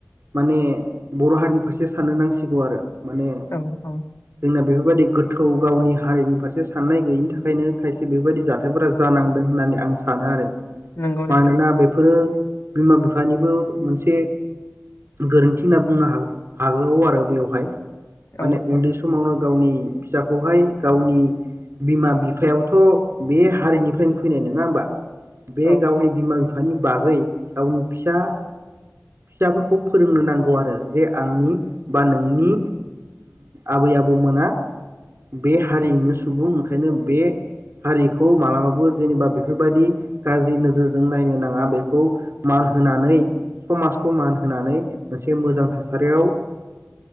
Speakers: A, on the right; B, on the left.
A: माने बर' हारिनि फारसे साननो नांसिगौ आरो। माने
B: औ औ
A: जोंना बेफोरबायदि गो गोथौ गावनि हारिनि फारसे साननाय गैयिनि थाखाय ओंखायनो खायसे बेफोरबायदि जाथायफोरा जानांदों होननानै आं सानो आरो।
B: नंगौ नोंथां
A: मानोना बेफोरो बिमा बिफानिबो मोनसे गोरोन्थि होनना बुंनो हागौ आरो बेवहाय माने
B: औ औ
A: उन्दै समावनो। गावनि फिसाखौहाय गावनि बिमा बि बिफायाबोथ बे हारिनिफ्रायनो फैनाय नंङा होमबा। बे
B: औ
A: गावनि बिमा बिफा। बिफानि बागै गावनि फिसा फिसाफोरखौ फोरोंनो नांगौ आरो जे आंनि बा नोंनि आबै आबौमोना बे हारिनिनो सुबुं ओंखायनो बे हारिखौ मालाबाबो जेनेबा बेफोरबायदि गाज्रि नोजोरजों नायनो नांङा बेखौ मान होनानै समाजखौ मान होनानै मोनसे मोजां थासारियाव